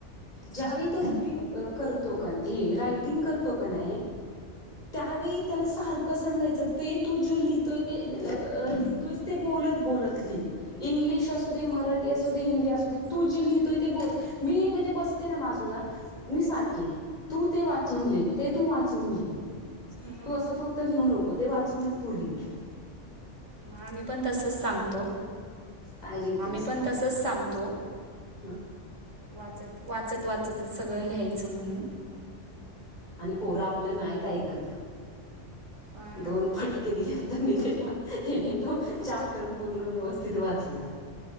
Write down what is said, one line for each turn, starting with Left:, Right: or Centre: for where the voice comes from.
Left: ज्यावेळी तो रीडिंग अ.. करतो का.. हे रायटिंग करतो का नाय. त्यावेळी त्याला सारखं सांगायचं ते.. तू.. जो.. अ.. लिहितोय. लिहतोयस ते बोलत बोलत लिहि इंग्लिश असुदे मराठी असुदे हिंदी असुदे. तू जे लिहितोय ते बोल मी म्हणेज बसते ना बाजूला मी सारखी तू ते वाचून लिह ते तू वाचून लिह
Right: हम्म
Left: अस फक्त लिहू नको ते वाचूनच तु लिह
Right: हा मी पण तसच सांगतो
Left: काय लिहितोयस
Right: आम्ही पण
Left: ते
Right: तसच सांगतो
Left: हा
Right: वाचत वाचत वाचतच सगळं लिहायचं म्हणून
Left: आणि पोर आपलं नाहीत ऐकत
Right: हो ना
Left: दोन फट फटके दिले तर मी तेव्हा याने तो चाप्टर पूर्ण व्यवस्थित वाचला.